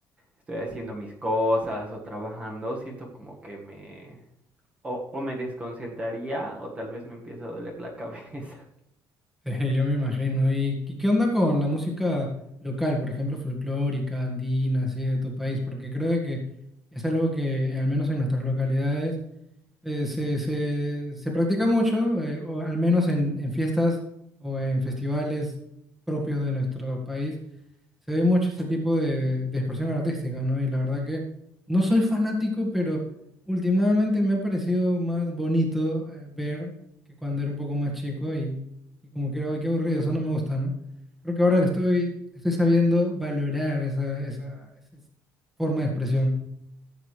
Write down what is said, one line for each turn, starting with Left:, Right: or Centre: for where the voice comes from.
Right: estoy haciendo mis cosas o trabajando. Siento como que me... O, o me desconcentraría o tal vez me empieza a doler la <laughs> cabeza.
Centre: Sí, yo me imagino. ¿Y qué qué onda con la música local, por ejemplo, folclórica, andina, así de tu país? Porque creo de que es algo que, al menos en nuestras localidades, eh, se, se, se practica mucho, eh, o al menos en, en fiestas o en festivales propios de nuestro país. Se ve mucho este tipo de, de expresión artística, ¿no? Y la verdad que no soy fanático, pero últimamente me ha parecido más bonito eh, ver que cuando era un poco más chico y, y como que era, "Ay, qué aburrido, eso no me gusta, ¿no? Creo que ahora lo estoy, estoy sabiendo valorar esa, esa, esa forma de expresión.